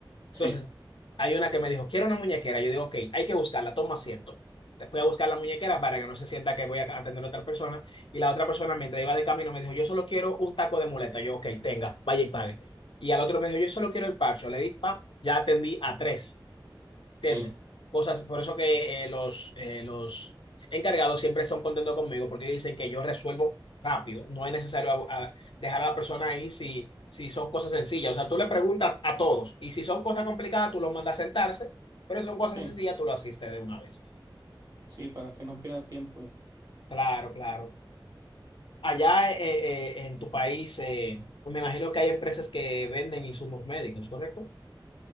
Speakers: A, on the right (about 50°); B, on the left (about 70°).
A: Sí,
B: Entonces, hay una que me dijo, quiero una muñequera. Yo digo, ok, hay que buscarla, toma asiento. Le fui a buscar la muñequera para que no se sienta que voy a atender a otra persona. Y la otra persona, mientras iba de camino, me dijo, yo solo quiero un taco de muleta. Yo, ok, tenga, vaya y pague. Y al otro me dijo, yo solo quiero el parcho. Le di, pa, ya atendí a tres. ¿Entiendes?
A: sí,
B: Cosas, por eso que eh, los, eh, los encargados siempre son contentos conmigo porque dicen que yo resuelvo rápido. No es necesario a- a dejar a la persona ahí si, si son cosas sencillas. O sea, tú le preguntas a todos y si son cosas complicadas, tú los mandas a sentarse, pero si son cosas
A: sí,
B: sencillas, tú lo asistes de una vez.
A: sí, para que no pierda tiempo y,
B: Claro, claro. Allá eh, eh, en tu país, eh, me imagino que hay empresas que venden insumos médicos, ¿correcto?